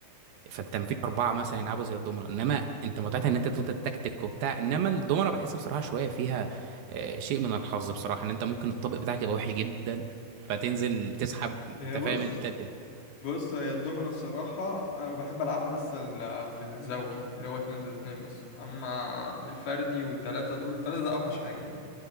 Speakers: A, on the right; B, on the left.
A: فانت في اربعه مثلا يلعبوا زي الضمنه انما انت متعتها ان انت تفضل تكتيك وبتاع انما الضمنه بحس بصراحه شويه فيها آه، شيء من الحظ بصراحه ان انت ممكن الطابق بتاعك يبقى وحش جدا فتنزل تسحب انت
B: هي
A: فاهم
B: بص
A: انت ال-
B: بص هي الدومينو الصراحة أنا بحب ألعبها بس ال- في الزوجي اللي هو اتنين ضد اتنين بس أما الفردي والتلاتة دول التلاتة ده أوحش حاجة يعني